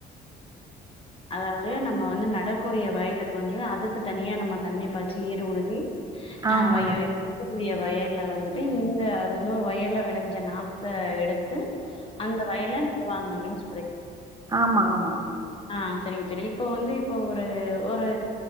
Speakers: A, on the left; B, on the right.
A: அதாவது நம்ம வந்து நடக்கூடிய வயலுக்கு வந்து அதுக்கு தனியா நம்ம தண்ணி பாச்சு ஏறு உழுதி ஆ
B: ஆமாம்
A: <unintelligible>
B: தோழி
A: இருக்கக்கூடிய வயல்ல வந்துட்டு இந்த அது நூறு வயல்ல விளைஞ்ச நாத்த எடுத் த்து அந்த வயல்ல நடுவாங்க அப்டின்னு சொல்றே
B: ஆமா ஆமா ஆமா
A: ஆ செரிங்க செரிங்க இப்ப வந்து இப்போ ஒரு ஒரு